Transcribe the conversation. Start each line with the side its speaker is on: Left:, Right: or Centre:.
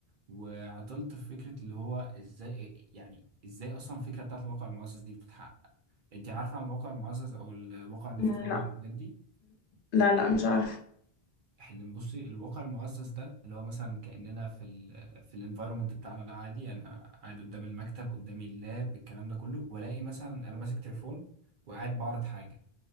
Right: وعطلت في فكرة اللي هو إزاي يعني إزاي أصلا الفكرة بتاعت الواقع المعزز دي بتتحقق أنت عارفة عن الواقع المعزز أو الواقع الافتراضي
Left: مم، لا
Right: والحاجات دي
Left: لا لا مش عارفة
Right: اللي بصي الواقع المعزز ده اللي هو مثلا كأننا في ال في الانفايرمنت بتاعنا ده عادي يعني أنا قاعد قدام المكتب قدامي اللاب الكلام ده كله وألاقي مثلا أنا ماسك تليفون وقاعد بعرض حاجة